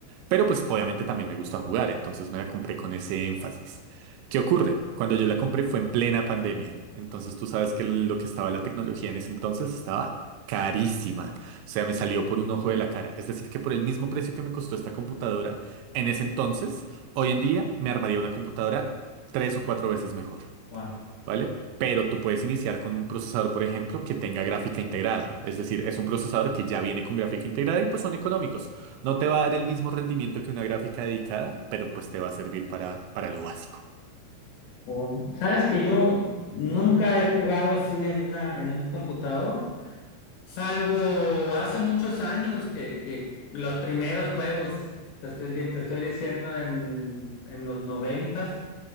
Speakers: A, on the right; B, on the left.
A: pero pues obviamente también me gusta jugar, entonces me la compré con ese énfasis. ¿Qué ocurre? Cuando yo la compré fue en plena pandemia, entonces tú sabes que lo, lo que estaba la tecnología en ese entonces estaba carísima, o sea, me salió por un ojo de la cara, es decir, que por el mismo precio que me costó esta computadora en ese entonces, Hoy en día me armaría una computadora tres o cuatro veces mejor,
B: Wow.
A: ¿vale? Pero tú puedes iniciar con un procesador, por ejemplo, que tenga gráfica integrada. Es decir, es un procesador que ya viene con gráfica integrada y pues son económicos. No te va a dar el mismo rendimiento que una gráfica dedicada, pero pues te va a servir para, para lo básico.
B: O- sabes que yo nunca he jugado así en una, en un computador. Salvo hace muchos años que, que los primeros juegos, te estoy, di- te estoy diciendo en, en los noventas,